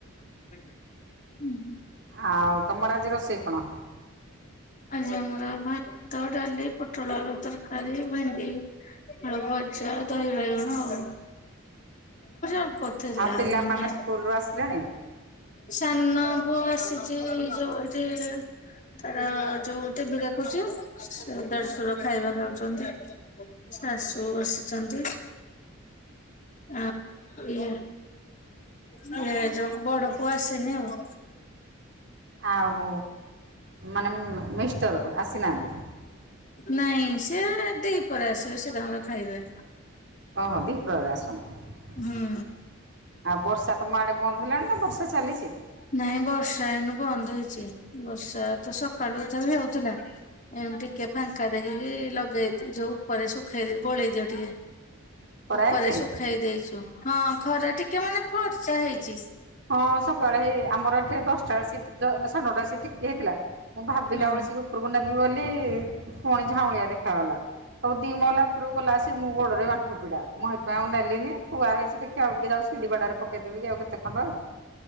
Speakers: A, on the left; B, on the right.
A: <inaudible> ହୁଁ।
B: ଆଉ ତମର ଆଜି ରୋଷେଇ କଣ?
A: ଆଜି ଆମର ଭାତ ଡାଲି ପୋଟଳ ଆଳୁ ତରକାରୀ ଭେଣ୍ଡି ଭଜା ଦହି ବାଇଗଣ ଆଉ <unintelligible>
B: ଆଉ ପିଲାମାନେ
A: ମାନେ
B: ସ୍କୁଲରୁ ଆସିଲେଣି?
A: ସାନ ପୁଅ ଆସିଛି ଯୋଉ ଏଠି ତାର ଯୋଉ ଟିଭି ଦେଖୁଚି, ସେ ଦେଢସୁର ଖାଇବା ଖାଉଛନ୍ତି। ଶାଶୁ ବସିଛନ୍ତି। ଆ ଇ ସେ ଯୋଉ ବଡ ପୁଅ ଆସିନି ଆଉ।
B: ଆଉ ମାନେ ମିଷ୍ଟର୍ ଆସିନାହାନ୍ତି।
A: ନାଇଁ ସେ ଦିପହରେ ଆସିବେ ସେ ତାଙ୍କର ଖାଇବେ।
B: ଓହୋ ଦିପହରେ ଆସନ୍ତି ଆଉ
A: ହୁଁ।
B: ବର୍ଷା ତମ ଆଡ଼େ ବନ୍ଦ ହେଲାଣି ନା ବର୍ଷା ଚାଲିଛି?
A: ନାଇଁ ବର୍ଷା ଏଇନୁ ବନ୍ଦ ହେଇଛି ବର୍ଷା ତ ସକାଳୁ ତଥାବିି ହଉଥିଲା। ଏମତି ଟିକେ ଫାଙ୍କା ଦେଖିକି ଲଗେଇଦି ଯୋଉ ଉପରେ ଶୁଖେଇ ଗୋଳେଇ ଦିଅ ଟିକେ।
B: ଖରା
A: ଉପରେ
B: ହେଇଛି?
A: ଶୁଖେଇ ଦେଇଛୁ ହଁ ଖରା ଟିକେ ମାନେ ଫର୍ଚା ହେଇଛି।
B: ହଁ ସକାଳେ ହେଇ ଆମର ଏଠି ଦଶଟା ସାଡନଟା ରେ ଟିକେ ଟିକେ ହେଇଥିଲା। ମୁଁ ଭାବିଲା
A: ହଁ।
B: ବେଳେ ସେ ଉପରକୁ ନେବି ବୋଲି ପୁଣି ଝାଉଁଳିଆ ଦେଖାଗଲା। ହଉ ଦି ମହଲା ଉପକୁ ଗଲା ଆସି ମୋ ଗୋଡରେ ଆଣ୍ଠୁ ପିଡା ମୁଁ ଏଥିପାଇଁ ଆଉ ନେଲିନି ଥୁଆ ହେଇଚି ଦେଖିବାକୁ ଟିକେ ଯାଉ ସିଡ଼ି ବାଡ଼ାରେ ପକଦେବି କି ଆଉ କେତେ ଖଣ୍ଡ